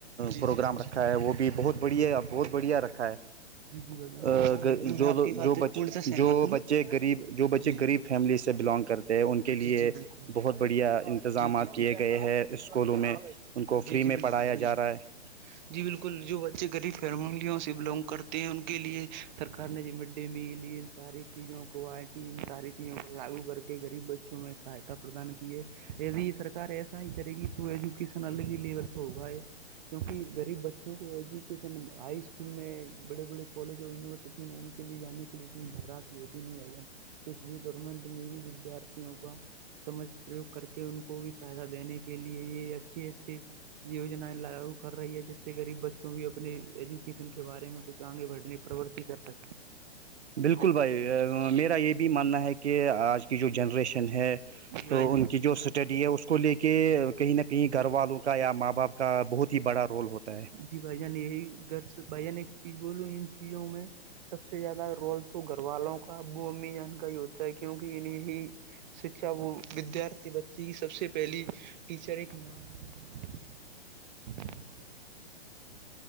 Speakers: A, on the right; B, on the right.
A: جی
B: پروگرام
A: جی
B: رکھا
A: جی
B: ہے وہ بھی بہت بڑھیا بہت بڑھیا رکھا ہے
A: جی جی بھائی جان
B: ا
A: بھائی جان بالکل
B: جو
A: میں آپ کی بات
B: جو
A: پورن سے سہمت
B: جو
A: ہوں
B: بچے غریب جو بچے
A: جی
B: جو غریب فیملی سے بلانگ کرتے ہیں ان کے لیے
A: جی جی بالکل
B: بہت بڑھیا انتظامات
A: جی جی
B: کیے
A: جی
B: گئے ہیں اسکولوں میں ان کو
A: جی
B: فری
A: جی
B: میں
A: بالکل
B: پڑھایا
A: بالکل
B: جا رہا ہے <inaudible>
A: جی بالکل جو بچے غریب فیملیوں سے بلونگ کرتے ہیں ان کے لیے سرکار نے ج مڈ ڈے میل ساری چیزوں کوالٹی ان ساری چیزوں کو لاگو کر کے غریب بچوں میں سہایتا پردان کیے ی سرک ایسا ہی کرے گی تو ایجوکشن الگ ہی لیول پ ہوگا یہ کیوںکہ غریب بچوں کو ایجوکیشن ہائی اسکول میں بڑے بڑے کالج اور یونیورسٹی ان کے لیے جانے کے لیے اتنی دھرراش بھی ہوتی نہیں ا تو اس لیے گورنمنٹ نے بھی ودارتھیوں کا سمج پریوگ کر کے ان کو بھی سہایتا دینے کے لیے یہ اچھے اچھے یجنایں لاگو کر رہی ہے جس سے غریب بچوں بھی اپنے ایجوکیشن کے بارے میں کچھ تو آگے بڑھنی پروورتی کر سکتے ہیں
B: بالکل بھائی میرا یہ بھی ماننا ہے کہ آج کی جو جنریشن ہے
A: جی بھائی
B: تو ان کی جو س اسٹڈی ہے اس کو لے کے کہیں نہ کہیں گھر والوں کا یا ماں باپ کا بہت ہی بڑا رول ہوتا ہے
A: جی بھائی جان یہی گھر بھائی جان ایک چیز بولو ان چیزوں میں سب سے زیادہ رول تو گھر والوں کا ابو امی جان کا ہی ہوتا ہے کیوںکہ انیں ہی شکھا وہ ودارتھی بچی کی سب سے پہلی ٹیچر ایک ماں م ہوتی کیونکہ ماں ہی اس کو جیسے